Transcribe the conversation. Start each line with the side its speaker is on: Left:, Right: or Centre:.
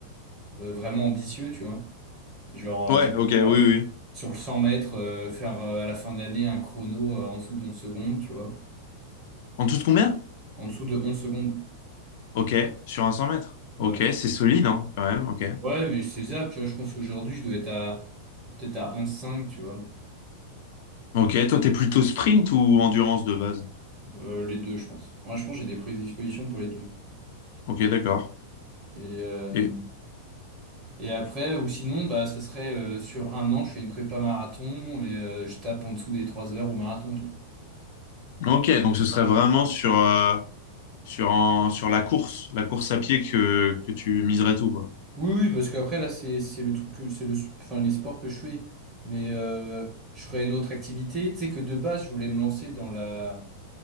Right: euh, vraiment ambitieux, tu vois. Genre,
Left: Ouais,
Right: euh, je sais
Left: ok, oui,
Right: pas,
Left: oui. oui.
Right: sur le 100 mètres, euh, faire euh, à la fin de l'année un chrono euh, en dessous de 11 secondes, tu vois.
Left: En tout de combien?
Right: En dessous de 11 secondes.
Left: Ok, sur un 100 mètres.
Right: Ouais.
Left: Ok, c'est solide, hein, quand même. Ok.
Right: Ouais, mais c'est ça, tu vois. Je pense qu'aujourd'hui, je dois être à peut-être à 11,5, tu vois.
Left: Ok, toi, t'es plutôt sprint ou endurance de base?
Right: Euh, les deux, je pense. Moi, je pense que j'ai des prédispositions pour les deux.
Left: Ok, d'accord.
Right: Et, euh,
Left: Et
Right: et après, ou sinon, bah, ce serait euh, sur un an, je fais une prépa marathon et euh, je tape en dessous des 3 heures au marathon, tu vois.
Left: ok, donc ce serait vraiment sur euh, sur un- sur la course, la course à pied que que tu miserais tout, quoi.
Right: Oui, oui, parce qu'après, là, c'est, c'est le truc que, c'est le, enfin, les sports que je fais. Mais euh, je ferais une autre activité. Tu sais que de base, je voulais me lancer dans la.